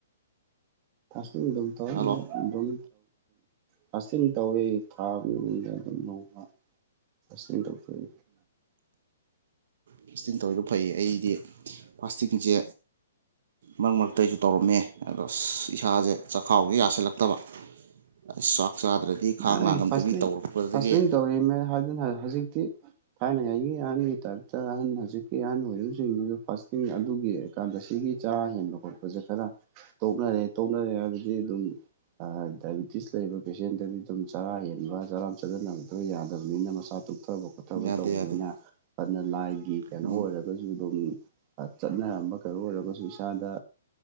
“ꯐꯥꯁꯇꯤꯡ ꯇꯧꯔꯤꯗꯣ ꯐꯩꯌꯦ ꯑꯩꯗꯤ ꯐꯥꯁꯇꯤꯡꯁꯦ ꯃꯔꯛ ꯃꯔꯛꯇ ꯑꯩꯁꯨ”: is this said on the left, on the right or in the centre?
Right